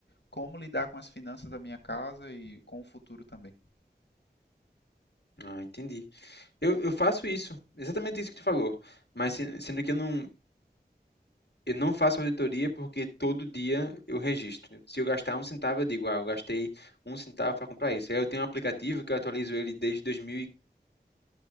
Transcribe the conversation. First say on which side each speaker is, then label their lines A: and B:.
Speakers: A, on the left; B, on the left.
A: como lidar com as finanças da minha casa e com o futuro também.
B: Ah, entendi. Eu, eu faço isso, exatamente isso que tu falou. Mas se- sendo que eu não, Eu não faço auditoria porque todo dia eu registro. Se eu gastar um centavo, eu digo, ah, eu gastei um centavo para comprar isso. Aí eu tenho um aplicativo que eu atualizo ele desde 2000, e-